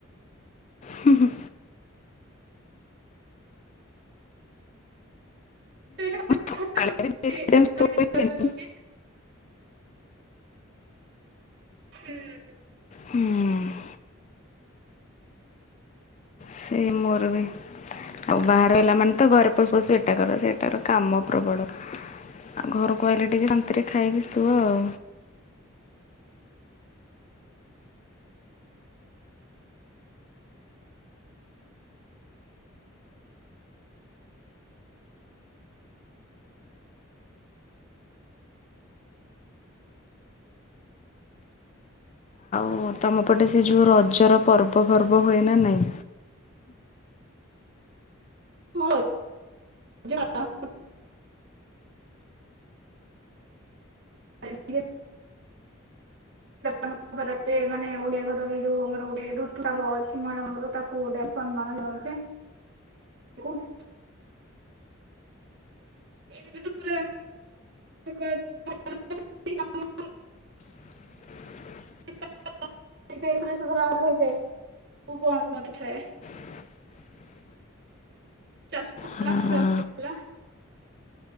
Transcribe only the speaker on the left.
ହୁଁ ହୁଁ।
ସକାଳେ
ବି ବେଶୀ
ଟାଇମ୍ ଶୋଇ
ହୁଏନି।
ହୁଁ ସେଇ ମୋର ବି। ଆଉ ବାହାରେ ରହିଲା ମାନେ ତ ଘରେ ପସୁପସୁ ଏଟା କର ସେଟା କର କାମ ପ୍ରବଳ। ଆ ଘରକୁ ଆଇଲେ ଟିକେ ଶାନ୍ତିରେ ଖାଇକି ଶୁଅ ଆଉ। ଓ ତମ ପଟେ ସେ ଯୋଉ ରଜର ପର୍ବଫର୍ବ ହୁଏ ନା ନାଇଁ?
<inaudible>
<inaudible>
ହଁ
ହଁ